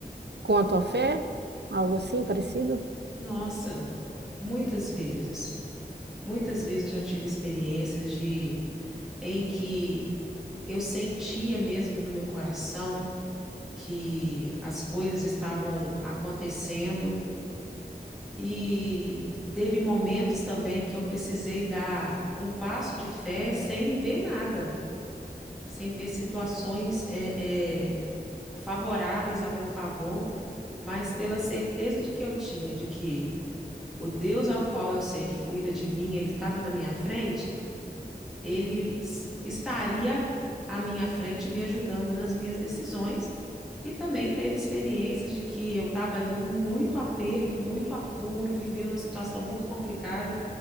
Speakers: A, on the right (about 80°); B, in the centre.
A: com a tua fé? Algo assim parecido?
B: Nossa, muitas vezes, muitas vezes eu já tive experiências de em que eu sentia mesmo no meu coração que as coisas estavam acontecendo e teve momentos também que eu precisei dar um passo de fé sem ver nada, sem ver situações é, é, favoráveis a meu favor, mas pela certeza de que eu tinha de que o Deus ao qual eu sei que cuida de mim, ele estava na minha frente, ele estaria à minha frente me ajudando nas minhas decisões. E também teve experiências de que eu estava ali em muito aperto, muito apuro, vivendo uma situação muito complicada